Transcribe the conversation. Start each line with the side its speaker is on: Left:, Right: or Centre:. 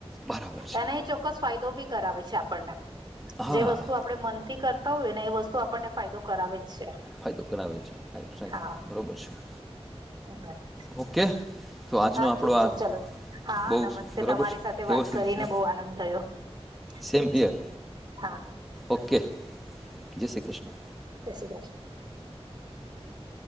Centre: બરાબર છે
Right: એને ચોક્કસ ફાયદો બી કરાવે છે આપણને.
Centre: હા
Right: જે વસ્તુ આપડે મનથી કરતા હોઈએ ને એ વસ્તુ આપણને ફાયદો કરાવે જ છે.
Centre: ફાયદો કરાવ રાઈટ રાઈટ
Right: હા
Centre: બરોબર છે.
Right: <unintelligible>
Centre: ઓકે. તો આજનો
Right: હા
Centre: આપણો
Right: ઠીક છે
Centre: આ
Right: ચલો હા
Centre: બહુ
Right: નમસ્તે
Centre: બરોબર
Right: તમારી સાથે
Centre: છે
Right: વાત
Centre: વ્યવસ્થિત
Right: કરીને
Centre: છે
Right: બહુ આનંદ થયો. ઠીક
Centre: સેમ હિયર
Right: છે હા.
Centre: ઓકે જય શ્રી કૃષ્ણ.
Right: જય શ્રી કૃષ્ણ.